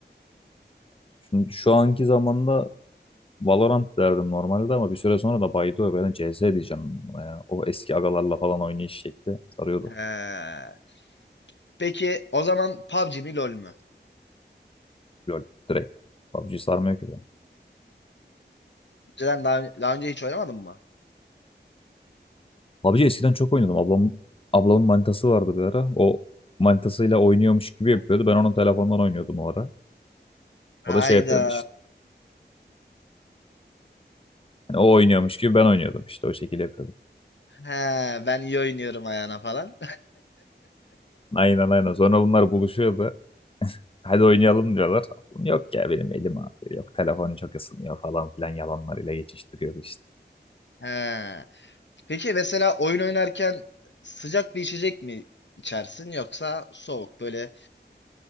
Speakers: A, on the left (about 30°); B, on the left (about 75°).
A: Şimdi şu anki zamanda Valorant derdim normalde ama bir süre sonra da baydı ben CS diyeceğim. buna Ya. O eski agalarla falan oynayış şekli sarıyordu.
B: He. Peki o zaman PUBG mi LoL mü?
A: LOL direkt. PUBG sarmıyor ki ben.
B: Önceden daha, daha önce hiç oynamadın mı?
A: PUBG eskiden çok oynuyordum. Ablam, ablamın manitası vardı bir ara. O manitasıyla oynuyormuş gibi yapıyordu. Ben onun telefonundan oynuyordum o ara.
B: Hayda.
A: O da şey yapıyordu işte. Hani o oynuyormuş gibi ben oynuyordum işte o şekilde yapıyordum.
B: He, ben iyi oynuyorum ayağına falan.
A: Aynen aynen. Sonra bunlar buluşuyordu. Hadi oynayalım diyorlar. Yok ya benim elim ağrıyor. Yok telefon çok ısınıyor falan filan yalanlarıyla geçiştiriyordu işte.
B: <laughs> He. Peki mesela oyun oynarken sıcak bir içecek mi içersin yoksa soğuk böyle